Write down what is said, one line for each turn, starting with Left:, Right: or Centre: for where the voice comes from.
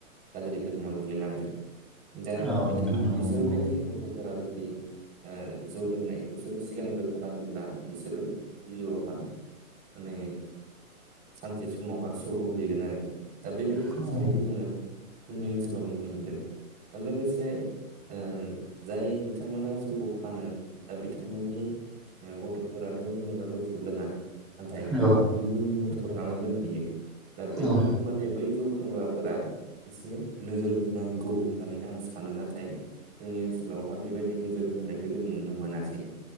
Right: गाज्रि गोहोमा गोग्लैलांगोन दा
Centre: औ नोंथां
Right: बिथां
Centre: औ
Right: बिसोरबायदि
Centre: नंगौ
Right: गथ'फोरा जुदि दि ओ जौ लोंनायखौसो सिगांग्रो खालामोब्ला बिसोरो जिउआवहा माने सानसे समावहा सौग्रु हैगोन आरोखि दा बेबायदि
Centre: औ
Right: थासारिखौ जोङो जोंनि ओनसोलाव नुनो मोनदों लोगोसे ओ जाय बिथांमोना जौखौ फानो दा बिथांमोननि अम गथ'फोराथ' जेनेबा जौखौ लोङा। नाथाय
Centre: औ
Right: गुबुननि गथ'फोरा लानानै लोंफैयो दा बैफोरखौ
Centre: औ
Right: माने बै जौ फानग्रा फोरा एसे नोजोर होनांगौ होननानै आं सानो नाथाय जोंनि ओनसोलावहा बेबायदि नोजोर होनायखो जों नुनो मोनासै